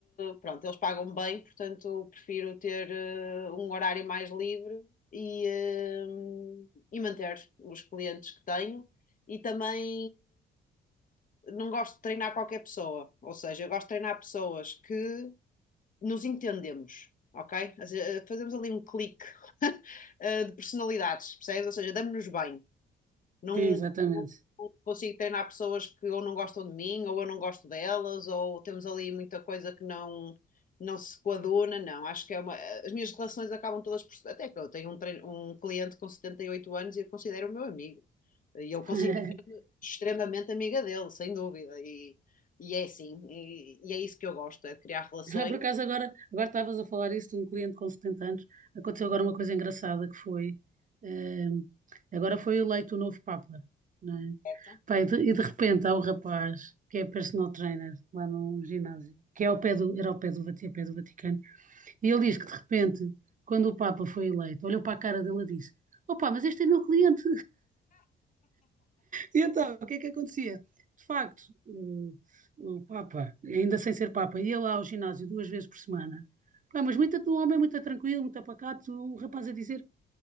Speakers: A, on the left; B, on the right.
A: pronto, eles pagam bem, portanto prefiro ter uh, um horário mais livre e, uh, e manter os clientes que tenho e também não gosto de treinar qualquer pessoa, ou seja, eu gosto de treinar pessoas que nos entendemos, ok? fazemos ali um clique <laughs> de personalidades, percebes? Ou seja, damos-nos bem. Não
B: Sim, exatamente.
A: não consigo treinar pessoas que ou não gostam de mim, ou eu não gosto delas, ou temos ali muita coisa que não. Não se coaduna, não. Acho que é uma. eh, As minhas relações acabam todas por. Até que eu tenho um, treino- um cliente com 78 anos e eu considero o meu amigo. E eu
B: <laughs>
A: considero extremamente amiga dele, sem dúvida. E, e é assim. E, e é isso que eu gosto, é criar relações.
B: Ah, Por acaso, agora, agora estavas a falar isso de um cliente com 70 anos. Aconteceu agora uma coisa engraçada que foi. eh, agora foi eleito o novo Papa, não é?
A: Certo.
B: Pá, e, de, e de repente há um rapaz que é personal trainer lá num ginásio, que é ao pé do, era ao pé do, Vati- ao pé do Vaticano, e ele diz que de repente, quando o Papa foi eleito, olhou para a cara dele e disse: Opa, mas este é meu cliente. E então, o que é que acontecia? De facto, o, o Papa, ainda sem ser Papa, ia lá ao ginásio duas vezes por semana. Pá, mas muito, um homem é muito tranquilo, muito apacato, o rapaz a dizer,